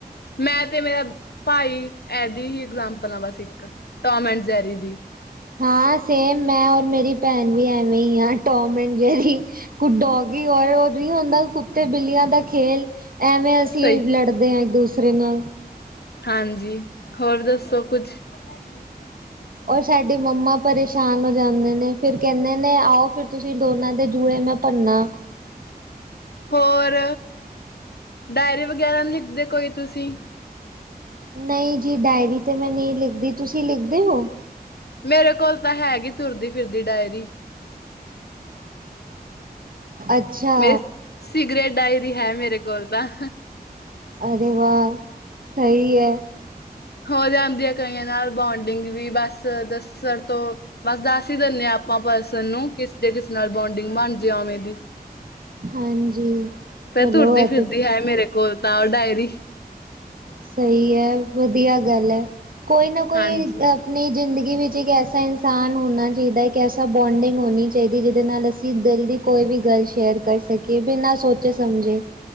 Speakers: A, on the left (about 80°); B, on the right (about 60°).
A: ਮੈਂ ਤੇ ਮੇਰਾ ਪਾਈ ਐਹਦੀ ਹੀ ਐਗਜਾਮਪਲ ਆ ਬਸ ਇੱਕ, ਟੋਮ ਐਂਡ ਜੈਰੀ ਦੀ।
B: ਹਾਂ, ਸੇਮ ਮੈਂ ਔਰ ਮੇਰੀ ਭੈਣ ਵੀ ਐਵੇਂ ਈ ਆ ਟੋਮ ਐਂਡ ਜੇਰੀ। ਕੁ ਡੋਗੀ ਔਰ ਓਹ ਨੀ ਹੁੰਦਾ ਕੁੱਤੇ ਬਿੱਲੀਆਂ ਦਾ ਖੇਲ ਐਵੇਂ ਅਸੀਂ
A: ਸਹੀ
B: ਲੜਦੇ ਆਂ, ਇੱਕ-ਦੂਸਰੇ ਨਾਲ।
A: ਹਾਂਜੀ, ਹੋਰ ਦੱਸੋ ਕੁੱਛ? <inaudible>
B: ਔਰ ਸਾਡੀ ਮੰਮਾ ਪਰੇਸ਼ਾਨ ਹੋ ਜਾਂਦੇ ਨੇ ਫੇਰ ਕੈੰਹਦੇ ਨੇ ਆਓ ਫਿਰ ਤੁਸੀਂ ਦੋਨਾਂ ਦੇ ਜੁੜੇ ਮੈਂ ਭੰਨਾ।
A: ਹੋਰ, ਡਾਇਰੀ ਵਗੈਰਾ ਨਈ ਲਿਖਦੇ ਕੋਈ ਤੁਸੀਂ?
B: ਨਹੀਂ ਜੀ, ਡਾਇਰੀ ਤੇ ਮੈਂ ਨਹੀਂ ਲਿਖਦੀ, ਤੁਸੀਂ ਲਿਖਦੇ ਹੋ?
A: ਮੇਰੇ ਕੋਲ ਤਾਂ ਹੈਗੀ ਤੁਰਦੀ-ਫਿਰਦੀ ਡਾਇਰੀ।
B: ਅੱਛਾ
A: ਮੇ ਸਿਕਰੇਟ ਡਾਇਰੀ ਹੈ ਮੇਰੇ ਕੋਲ ਤਾਂ।
B: ਅਰੇ ਵਾ, ਸਹੀ ਐ।
A: ਹੋ ਜਾਂਦੀ ਐ ਕਈਆਂ ਨਾਲ ਬੋਂਡਿੰਗ ਵੀ, ਬਸ ਦੱਸੜ ਤੋਂ ਬਸ ਦੱਸ ਈ ਦਿੰਣੇ ਆ ਅਪਾਂ ਪਰਸਨ ਨੂੰ ਕਿਸ ਦੇ ਕਿਸ ਨਾਲ ਬੋਂਡਿੰਗ ਬਣ ਜੇ ਓਵੇਂ ਦੀ।
B: ਹਾਂਜੀ
A: ਕੇ
B: ਚਲੋ
A: ਤੁਰਦੀ-ਫਿਰਦੀ
B: ਇਹ ਤੇ
A: ਹੈ ਮੇਰੇ ਕੋਲ ਤਾਂ ਡਾਇਰੀ।
B: ਸਹੀ ਹੈ, ਵਧੀਆ ਗੱਲ ਐ, ਕੋਈ ਨਾ ਕੋਈ
A: ਹਾਂਜੀ
B: ਅ ਨਹੀਂ ਜ਼ਿੰਦਗੀ ਵਿੱਚ ਇੱਕ ਐਸਾ ਇਨਸਾਨ ਹੋਣਾ ਚਾਈਦੈ, ਇੱਕ ਐਸਾ ਬੋਂਡਿੰਗ ਹੋਣੀ ਚਾਈਦੀ ਜਿਦੇ ਨਾਲ ਅਸੀ ਕੀ ਦਿਲ ਦੀ ਕੋਈ ਵੀ ਗੱਲ ਸ਼ੇਅਰ ਕਰ ਸਕੀਏ, ਬਿਨਾਂ ਸੋਚੇ-ਸਮਝੇ।